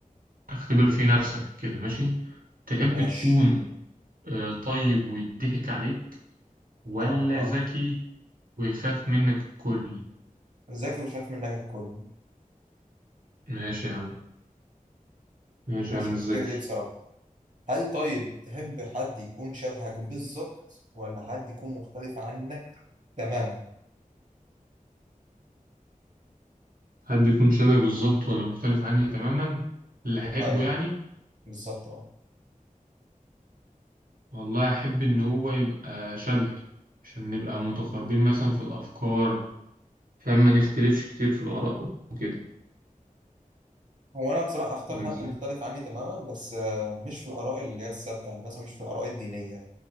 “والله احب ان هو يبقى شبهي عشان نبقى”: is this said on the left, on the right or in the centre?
Right